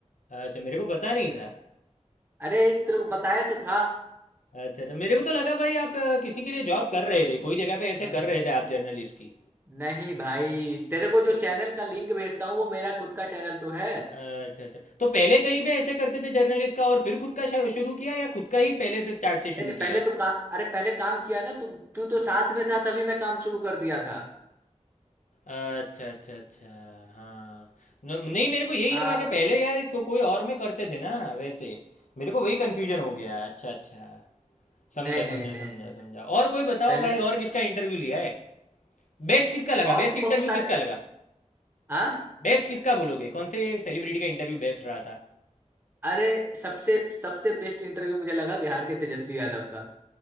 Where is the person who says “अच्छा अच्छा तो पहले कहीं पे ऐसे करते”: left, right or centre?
Left